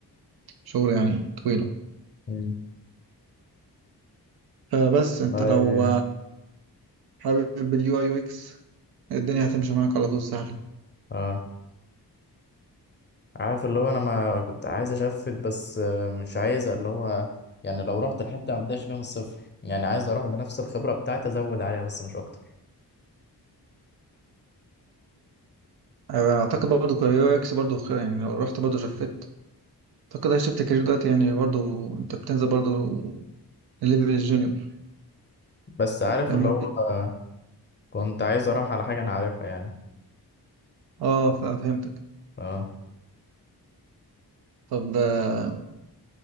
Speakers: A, on the right; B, on the left.
A: شهور يعني طويلة
B: امم
A: فبس انت
B: والله
A: لو حابب اليو اي يو اكس الدنيا هتمشي معاك على طول سهلة
B: اه عارف اللي هو انا ما كنت عايز اشفت بس آه، مش عايز اللي هو يعني لو رحت الحته ما ابداش فيها من الصفر يعني عايز اروح بنفس الخبره بتاعتي ازود عليها بس مش اكتر
A: اعتقد برضو اليو اي اكس برضو خير يعني لو رحت برضو شفت اعتقد هي شفت كارير دلوقتي يعني برضو انت بتنزل برضو الليفل الجونيور
B: بس عارف
A: فاهمني
B: اللي هو آه، كنت عايز اروح على حاجه انا عارفها يعني
A: اه ف- فهمتك
B: اه
A: طب آه،